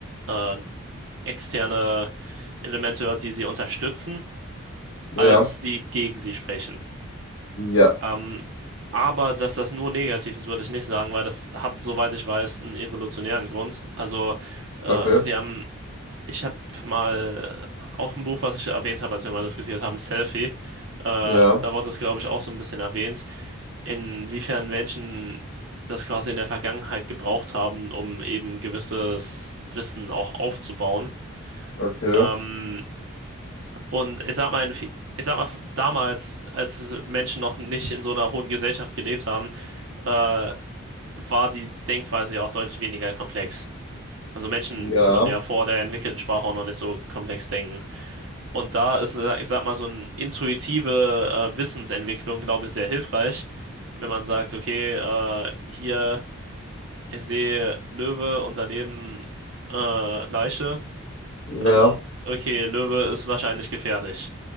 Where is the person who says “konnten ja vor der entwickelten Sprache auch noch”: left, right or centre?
Right